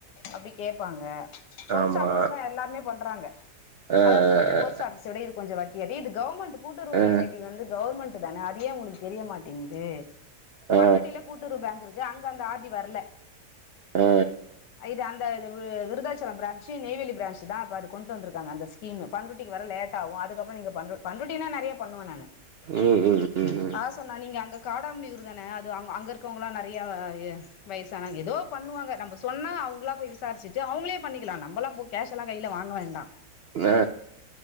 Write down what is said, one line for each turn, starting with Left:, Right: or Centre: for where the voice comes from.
Left: அப்டி கேப்பாங்க போஸ்ட்
Right: ஆமா
Left: ஆஃபிஸ்னா எல்லாமே பண் ட்றாங்க
Right: ஆ
Left: அதான் சொல்றாங்க
Right: ஆ
Left: போஸ்ட் ஆஃபிஸ் ச்சோட இது கொஞ்ச வட்டியாட் ஏ இது கௌமண்ட் கூட்டுறவு
Right: ஆ ஆ
Left: சொசைட்டி வந்து கௌர்மண் ட்டு தான அது ஏ உங்ளுக் தெரிய மாட்டீங் து
Right: ஆ
Left: பண்ருட்டில கூட்டுறவு பேங்க்கு இருக்கு அங்க அந்த ஆர் டி வர்ல
Right: ஆ
Left: அ இது அந்த வி விருதாச்சலம் ப்ரான்சு நெய்வேலி ப்ரான்சு தான் ப்ப அத கொண்ட்டு வந்துருக்காங்க அந்த ஸ்கீமு பண்ருட்டிக்கு வர லேட்டாவும் அதுக்கபுறம் நீங்க பண்ருட் பண்ருட்டினா நறைய பண்ணுவன் நானு
Right: ம் ம் ம்
Left: ஆ சொன்னா நீங்க அங்க காடாமனியூர் தான அது அங்க அங்க இருக்கவங்கல்லா நறைய அ ய வயசான எதோ பண்ணுவாங்க நம்ப சொன்னா அவுங்களா போய் விசாரிச்சுட்டு அவுங்ளே பண்ணிக்கலா நம்பல்லா போ கேக்லா கைல வாங்க வேண்டா
Right: ம் ஆ